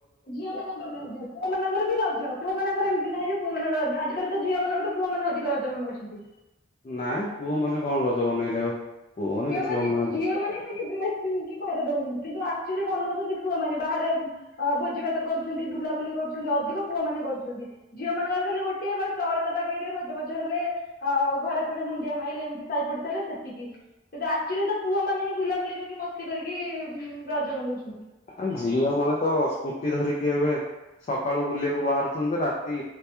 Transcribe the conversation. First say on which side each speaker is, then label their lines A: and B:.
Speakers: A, on the left (about 50°); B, on the left (about 35°).
A: ଝିଅ ମାନଙ୍କର ରଜ ପୁଅ ମାନଙ୍କର ବି ରଜ ପୁଅ ମାନଙ୍କର ଏମିତି ନାହିଁ ଯେ ପୁଅ ମାନଙ୍କର ରଜ ଆଜ କାଲି ତ ଝିଅ ମାନଙ୍କ ଠୁ ପୁଅ ମାନେ ଅଧିକ ରଜ ମନଉଛନ୍ତି।
B: ନାଇଁ ପୁଅ ମାନେ କଣ ରଜ ବନେଇଲେ ଆଉ ପୁଅ ମାନେ
A: ଝିଅମାନେ
B: କିଛି କରୁନାହାନ୍ତି
A: ଝିଅ ମାନେ ଖାଲି ଡ୍ରେସ ପିନ୍ଧିକି ଘରେ ଦଉଛନ୍ତି କିନ୍ତୁ ବନଉଛନ୍ତି ପୁଅମାନନେ ବାହାରେ ଅ ଭୋଜିଭାତ କରୁଛନ୍ତି ବୁଲାବୁଲି କରୁଛନ୍ତି ଅଧିକ ପୁଅମାନେ କରୁଛନ୍ତି। ଝିଅ ମାନଙ୍କର ହେଲେ ଗୋଟଏ ବର୍ଷ ଅଳତା ଲଗେଇଲେ ସଜବାଜ ହେଲେ ଅ ଘରେ ଫରେ ମୁଣ୍ଡିଆ ମାଇଲେ ଏମତି ସାଇ ପଡିଶାରେ ସେତିକି। କିନ୍ତୁ ଆକ୍ଚୁଆଲି ତ ପୁଅ ମାନେ ହିଁ ବୁଲାବୁଲି କରିକି ମସ୍ତି କରିକି ରଜ ମନଉଛନ୍ତି।
B: ଆ ଝିଅ ମାନେ ତ ସ୍କୁଟି ଧରିକି ଏବେ ସକାଳୁ ବୁଲିବାକୁ ବାହାରି ରାତି